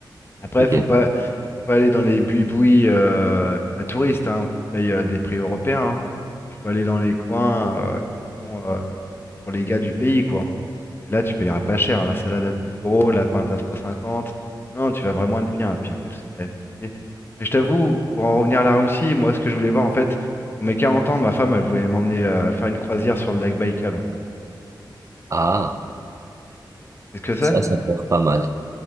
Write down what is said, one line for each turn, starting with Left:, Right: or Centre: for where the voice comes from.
Left: Après,
Right: T'inquiète.
Left: faut pas, faut pas aller dans les buis-bouis euh, à touristes, hein, où tu payes euh, des prix européens. hein. Il faut aller dans les coins euh, qui sont euh, pour les gars du pays, quoi. Et là, tu payeras pas cher. hein. La salade à 9 euros, la pinte à trois euros cinquante Non, tu vas vraiment être bien. Puis après, tout ce qu'il y a à visiter. Mais je t'avoue, pour en revenir à la Russie, moi, ce que je voulais voir, en fait, pour mes 40 ans, ma femme, elle voulait m'emmener euh, faire une croisière sur le lac Baïkal.
Right: Ah,
Left: C'est ce que c'est?
Right: ça, ça peut être pas mal.